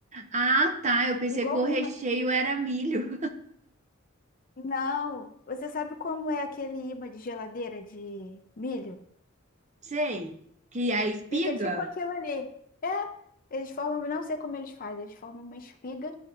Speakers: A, on the right; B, on the left.
A: Ah, tá. Eu pensei
B: igual
A: que o
B: o
A: recheio
B: imã.
A: era milho.
B: Não, você sabe como é aquele imã de geladeira de milho?
A: <laughs> Sei. Que é a espiga?
B: Fica tipo aquilo ali. É, eles formam, não sei como eles fazem, eles formam uma espiga